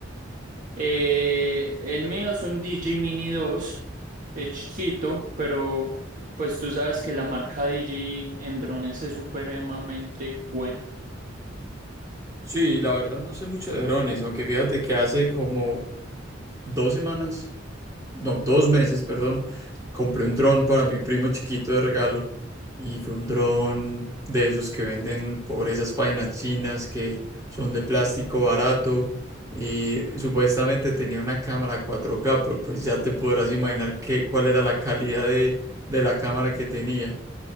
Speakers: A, on the right; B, on the right.
A: Eh, el mío es un Digi Mini dos es chiquito, pero pues tú sabes que la marca Digi en drones es supremamente buena.
B: Sí, la verdad no sé mucho de drones, aunque fíjate que hace como dos semanas, no, dos meses, perdón, compré un dron para mi primo chiquito de regalo y fue un dron de esos que venden por esas páginas chinas que son de plástico barato y supuestamente tenía una cámara 4K, pero pues ya te podrás imaginar qué, cuál era la calidad de, de la cámara que tenía.